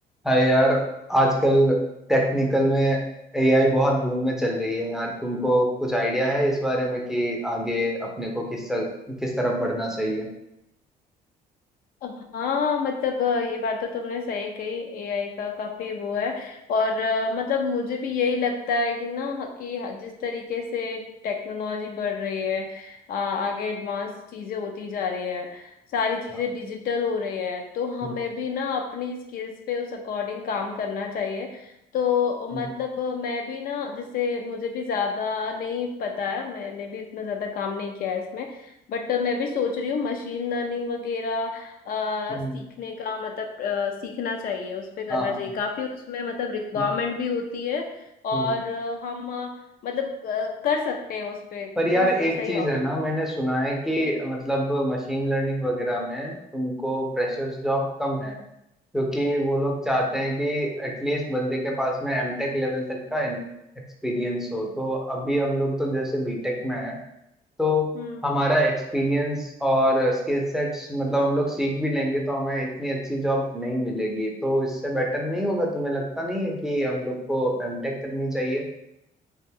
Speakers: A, in the centre; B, on the left.
A: हाय यार आजकल टेक्निकल में एआई बहुत बूम में चल रही है यार तुमको कुछ आइडिया है इस बारे में कि आगे अपने को किस किस तरफ बढ़ना चाहिए
B: हाँ मतलब अ, ये बात तो तुमने सही कही एआई का काफी वो है और अ, मतलब मुझे भी यही लगता है कि ना ह- कि ह- जिस तरीके से टेक्नोलॉजी बढ़ रही है अ, आगे एडवांस चीजें होती जा रही है सारी चीजें
A: हाँ
B: डिजिटल हो रही है तो हमें
A: हम्म
B: भी ना अपनी स्किल्स पे उस अकॉर्डिंग काम करना चाहिए तो
A: हम्म,
B: मतलब अ, मैं भी ना जैसे मुझे भी ज्यादा नहीं पता है मैंने भी इतना ज्यादा काम नहीं किया है इसमें बट मैं भी सोच रही हूँ मशीन लर्निंग वगैरह अ,
A: हम्म,
B: सीखने का मतलब अ, सीखना चाहिए उस पे करना
A: हाँ हाँ
B: चाहिए काफी उसमें मतलब रिक्वायरमेंट
A: हम्म,
B: भी होती है और
A: हम्म।
B: अ, हम अ, मतलब अ, कर सकते हैं उस पे
A: पर
B: वो
A: यार
B: स-
A: एक
B: सही
A: चीज
B: ऑप्शन
A: है ना मैंने सुना है कि
B: हम्म
A: मतलब मशीन लर्निंग वगैरह में तुमको फ्रेशर्स जॉब कम है क्योंकि वो लोग चाहते हैं कि एटलीस्ट बंदे के पास में एमटेक लेवल तक का एक्सपीरियंस हो तो अभी हम लोग तो जैसे बीटेक में है तो
B: हम्म।
A: हमारा एक्सपीरियंस और स्किल सेट्स मतलब हम लोग सीख भी लेंगे तो हमें इतनी अच्छी जॉब नहीं मिलेगी तो इससे बेटर नहीं होगा तुम्हें लगता नहीं है कि हम लोग को एमटेक करनी चाहिए